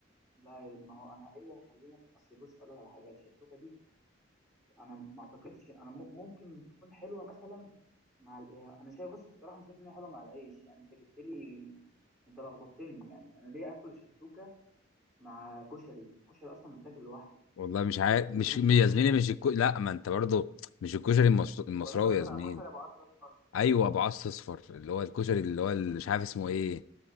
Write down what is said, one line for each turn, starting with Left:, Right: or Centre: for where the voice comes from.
Centre: لا ما هو انا ايه اللي هيخليني اصل بص اقول لك على حاجه الشكشوكه دي انا ما اعتقدش انا م- ممكن تكون حلوه مثلا مع الايه انا شايف بص الصراحه انا شايف ان هي حلوه مع العيش يعني انت جبت لي انت لخبطتني يعني انا ليه اكل شكشوكه مع كشري الكشري اصلا بتاكل لوحده
Left: والله مش عارف مش
Centre: يعني انت ممكن
Left: يا
Centre: تاكل كشري
Left: زميلي مش
Centre: بس
Left: الكو... لا ما انت برضه مش الكشري المصر... المصراوي
Centre: ولا انت قصدك
Left: يا زميلي
Centre: على كشري ابو عدس اصفر
Left: ايوه ابو عص اصفر اللي هو الكشري اللي هو ال- مش عارف اسمه ايه